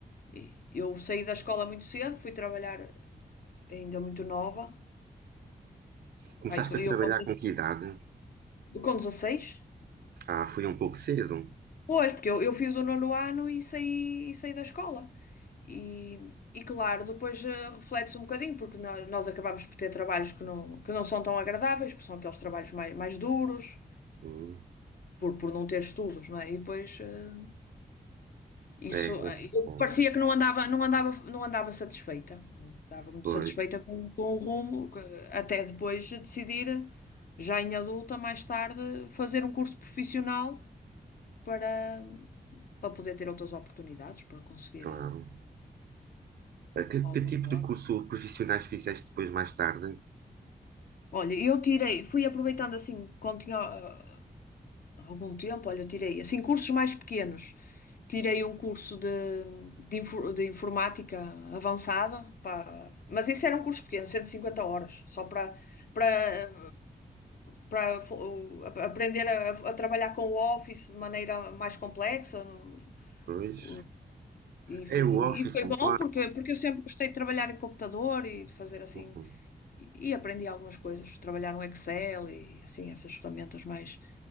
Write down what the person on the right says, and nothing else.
Começaste
a trabalhar
com que idade?
Ah, fui um pouco cedo.
Hum,
é, é,
é,
pois,
claro.
Eh, Que,
que tipo
de curso profissionais fizeste depois mais tarde?
Pois.
É o Office,
o
Word.
Uhum,